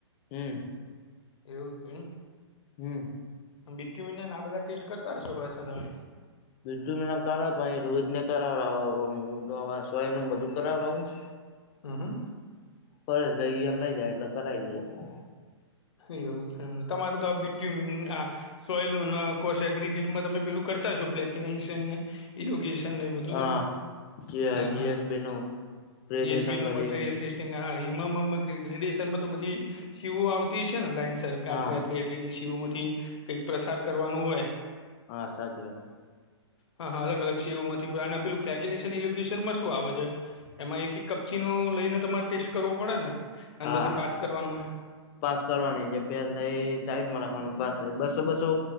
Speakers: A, on the left; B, on the left.
A: હું.
B: એવું હતું એમ.
A: હું.
B: બીટયુ મી આ બધા ટેસ્ટ કરતા હશો પાસા તમે,
A: બીટ્ટુ મીન કરાવ રોહિત ને કરાવડાવ હુ તો હવે સોયલ નુ બધું કરાવડાવું, <inaudible>
B: હું, હા.
A: પર ભાઈ લઈ જાય એટલે કરાવી દે,
B: એવું છે, તમારે તો હવે બીટ્ટુમીન આ, સોઇલ નું ને કોષ અગરીગેન્ટમાં તમે કરતા હશો <unintelligible> ઇનોગેશન એ બધું
A: હા
B: તો હા
A: જીએસબી
B: હા,
A: નું ગ્રેડેશન
B: ડિએસબી નુ
A: કરીએ
B: મટીરિયલટેસ્ટ એમા ન્હા હેમા મામા ગ્રેડિશનમાં તો બધી સીઓ આવતી સેને લાઈન, સરકાર
A: હા
B: એટલી એટલી ડીસીઓ મથી કઈક પ્રસાર કરવાનું હોય.
A: હ સાચી વાત,
B: હં હં અલગ અલગ સેવામાંથી ભરા અને પેલું ફેકિનેશન લોકેશન મા શું આવે છે. એમાં એક એક કપચી નું લઈને તમારે ટેસ્ટ કરવુ પળે ને
A: હા
B: અંદર થી પાસ કરવાનું,
A: પાસ કરવાની જે ફેલ થાયઇ ચાઈડ માં રાખવાની પાસ, બસો બસો